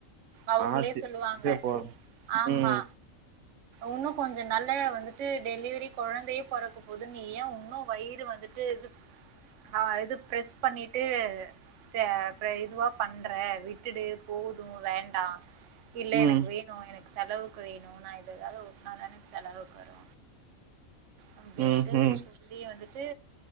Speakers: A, on the right; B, on the right.
A: அவுங்ளே
B: ஆ சே
A: சொல்லுவாங்க
B: இதே போதும்
A: ஆமா
B: ம்
A: உன்னு கொஞ்ச நாள்ல வந்துட்டு டெலிவிரி கொழந்தையே பொற க்க போது நீ ஏ உன்னு வயிறு வந்துட்டு இது ஆ இது ப்ரெஸ் பண்ணிட்டு ச ப்ரே இதுவா பண்ற விட்டுடு போது வேண்டா இல்ல
B: ம்
A: எனக்கு வேணு என செலவுக்கு வேணு நா இது எதாவ்து ஒட்னா தான செலவுக்கு வரு அப்டின்ட்டு
B: ம் ம்
A: சொல்லி வந்துட்டு